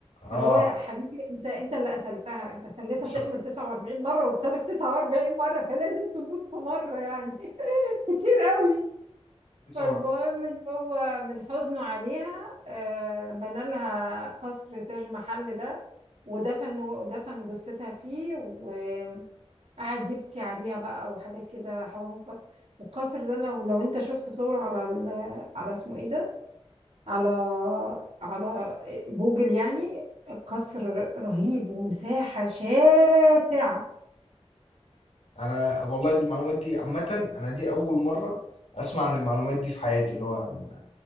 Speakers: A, on the right; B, on the left.
A: فاللي
B: اه
A: هو يا حبيبي انت انت اللي قتلتها انت خليتها
B: شر
A: تحمل 49 مرة وتخلف 49 مرة فلازم تموت في مرة يعني <laughs> كتير قوي
B: دي
A: فالمهم
B: صور
A: ان هو من حزنه عليها آه، بنى لها قصر تاج محل ده ودفن دفن جثتها فيه وقعد يبكي عليها بقى وحاجات كده حوالين القصر والقصر ده لو لو انت شفت صور على ال... على اسمه ايه ده على على جوجل يعني قصر رهيب ومساحة شاسعة
B: انا والله دي المعلومات دي عامة انا دي اول مرة اسمع عن المعلومات دي في حياتي اللي هو عن